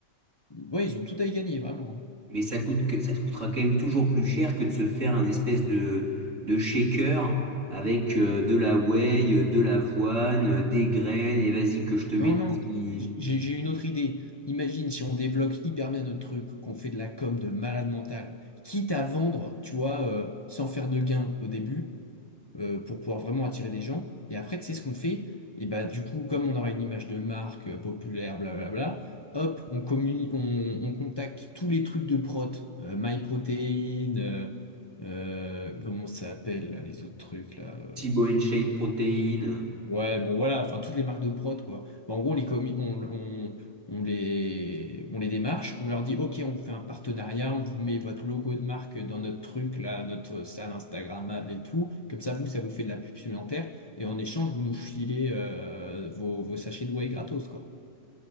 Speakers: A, on the left; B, on the right.
A: ouais, ils ont tout à y gagner, vraiment. hein.
B: Mais ça coûte que, ça te coûtera quand même toujours plus cher que de se faire un espèce de, de shaker avec euh, de la whey, euh, de l'avoine, euh, des graines, et vas-y que je te mets
A: Non, non,
B: tout ce qui...
A: j'ai j'ai une autre idée. Imagine si on développe hyper bien notre truc, qu'on fait de la com de malade mental, quitte à vendre, tu vois, euh, sans faire de gain au début, euh, pour pouvoir vraiment attirer des gens. Et après, tu sais ce qu'on fait? Et bah, du coup, comme on aura une image de marque euh, populaire, blablabla, hop, on communi- on, on contacte tous les trucs de prot, euh, MyProtein, euh, euh, comment ça s'appelle, là, les autres trucs, là. euh,
B: Thibaut shape, protéines.
A: Ouais, bon voilà, enfin toutes les marques de prod quoi. Bon, en gros, on les commis, on, on, on les, on les démarche, on leur dit ok, on vous fait un partenariat, on vous met votre logo de marque dans notre truc là, notre salle Instagrammable et tout. Comme ça, vous, ça vous fait de la pub supplémentaire et en échange, vous nous filez euh, vos, vos sachets de whey gratos quoi.